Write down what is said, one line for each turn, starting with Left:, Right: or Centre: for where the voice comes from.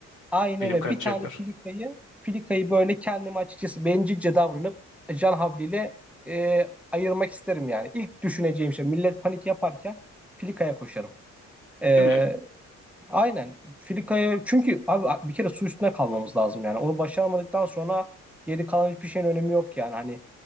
Centre: Aynen
Left: Benim
Centre: öyle.
Left: kaçacaklar.
Centre: Bir tane filikayı filikayı böyle kendime açıkçası bencilce davranıp e, can havliyle e, ayırmak isterim yani. İlk düşüneceğim şey millet panik yaparken filikaya koşarım. E,
Left: Değil mi?
Centre: Aynen. Filika'ya çünkü abi bir kere su üstüne kalmamız lazım yani. Onu başaramadıktan sonra geri kalan hiçbir şeyin önemi yok yani hani.